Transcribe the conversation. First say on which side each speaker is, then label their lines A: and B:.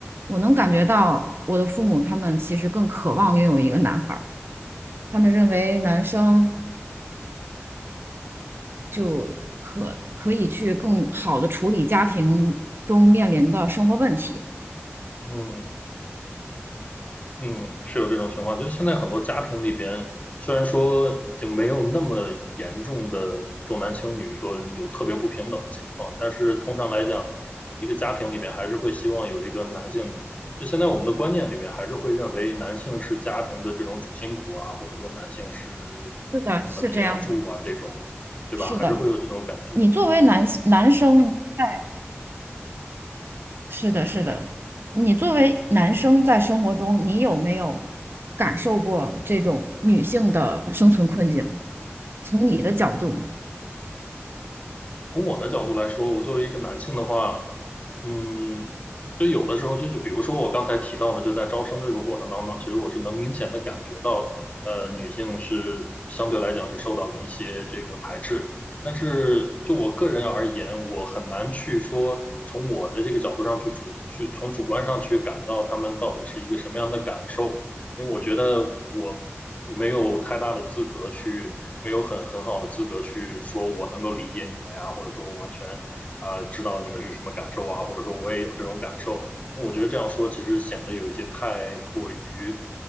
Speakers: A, on the right (about 50°); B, on the left (about 30°).
A: 我能感觉到我的父母他们其实更渴望拥有一个男孩儿，他们认为男生就可可以去更好的处理家庭中面临的生活问题。
B: 嗯。嗯，是有这种情况，就是现在很多家庭里边，虽然说已经没有那么严重的重男轻女，说有特别不平等的情况，但是通常来讲，一个家庭里边还是会希望有一个男性，就现在我们的观念里边还是会认为男性是家庭的这种主心骨啊，或者说男性是什么顶梁柱啊这种，
A: 是的，是这样的，
B: 对吧？
A: 是的。
B: 还是会有这种感觉。
A: 你作为男男生在，是的，是的，你作为男生在生活中，你有没有感受过这种女性的生存困境？从你的角度，
B: 从我的角度来说，我作为一个男性的话，嗯，就有的时候就就比如说我刚才提到的，就在招生这个过程当中，其实我是能明显的感觉到，呃，女性是相对来讲是受到了一些这个排斥。但是就我个人而言，我很难去说从我的这个角度上去主去从主观上去感到她们到底是一个什么样的感受。因为我觉得我没有太大的资格去，没有很很好的资格去说我能够理解你们呀，或者说我完全啊、知道你们是什么感受啊，或者说我也有这种感受。那我觉得这样说其实显得有一些太过于，